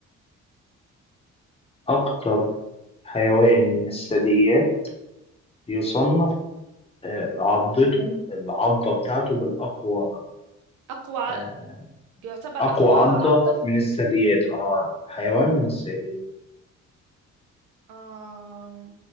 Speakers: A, on the left; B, on the right.
A: أكتر حيوان من الثدييات يصنف آه، عضته العضة بتاعته بالأقوى
B: اقوى ع-
A: آه،
B: يعتبر اقوى
A: أقوى عضة
B: عضف
A: من الثدييات اه حيوان من الثدييات
B: آه